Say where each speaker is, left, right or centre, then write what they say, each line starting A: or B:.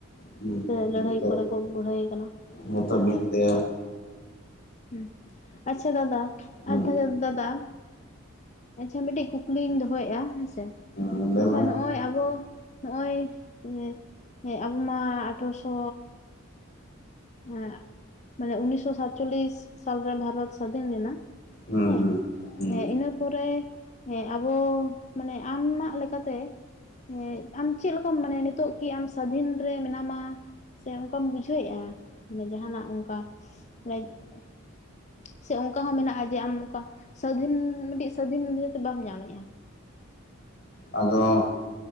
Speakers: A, on the left (about 50°); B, on the left (about 35°).
A: ᱦᱩᱸ
B: ᱥᱮ
A: ᱡᱚᱛᱚ
B: ᱞᱟᱹᱲᱦᱟᱹᱭ ᱠᱚᱨᱮ ᱠᱚ ᱵᱩᱲᱦᱟᱹᱭ ᱠᱟᱱᱟ
A: ᱡᱚᱛᱚ
B: ᱦᱳᱭ᱾
A: ᱢᱤᱫ ᱛᱮ
B: ᱦᱩᱸ, ᱟᱪᱪᱷᱟ ᱫᱟᱫᱟ
A: ᱦᱩᱸ
B: ᱟᱫᱚ ᱫᱟᱫᱟ ᱮᱸ, ᱢᱤᱫᱴᱤᱡ ᱠᱩᱠᱞᱤᱧ ᱫᱚᱦᱚᱭᱮᱜ-ᱟ ᱦᱮᱸ ᱥᱮ᱾
A: ᱦᱩᱸ ᱞᱟᱹᱭ
B: ᱟᱪᱪᱷᱟ
A: ᱢᱮ
B: ᱱᱚᱜ-ᱚᱭ ᱟᱵᱚ ᱱᱚᱜ-ᱚᱭ, ᱮ ᱦᱮᱸ ᱟᱵᱚ ᱢᱟ ᱟᱴᱷᱨᱚᱥᱚ ᱮᱸᱜ ᱢᱟᱱᱮ ᱩᱱᱤᱥᱥᱚ ᱥᱟᱛᱪᱚᱞᱞᱤᱥ ᱥᱟᱞᱨᱮ ᱵᱷᱟᱨᱚᱛ ᱥᱟᱫᱷᱤᱱ ᱞᱮᱱᱟ᱾
A: ᱦᱩᱸ
B: ᱦᱮᱸ
A: ᱦᱩᱸ ᱦᱩᱸ
B: ᱮᱸ ᱤᱱᱟᱹ ᱯᱚᱨᱮ ᱟᱵᱚ ᱢᱟᱱᱮ ᱟᱢᱢᱟᱜ ᱞᱮᱠᱟᱛᱮ ᱦᱮᱸ ᱟᱢ ᱪᱮᱫ ᱞᱮᱠᱟᱢ ᱢᱟᱱᱮᱭᱟ ᱱᱤᱛᱳᱜ ᱠᱤ ᱟᱢ ᱥᱟᱫᱷᱤᱱ ᱨᱮ ᱢᱮᱱᱟᱢᱟ ᱥᱮ ᱚᱝᱠᱟᱢ ᱵᱩᱡᱷᱟᱹᱣᱮᱜ-ᱟ ᱢᱟᱱᱮ ᱡᱟᱸᱦᱟᱱᱟᱜ ᱚᱝᱠᱟ? <unintelligible> ᱥᱮ ᱚᱝᱠᱟ ᱦᱚᱸ ᱢᱮᱱᱟᱜ-ᱟ ᱡᱮ ᱟᱢ ᱱᱚᱝᱠᱟ ᱥᱟᱹᱫᱷᱤᱱ ᱢᱤᱫᱴᱤᱡ ᱥᱟᱹᱫᱷᱤᱱ ᱤᱛᱟᱹ ᱠᱤ ᱵᱟᱢ ᱧᱟᱢᱮᱜ-ᱟ?
A: ᱟᱫᱚ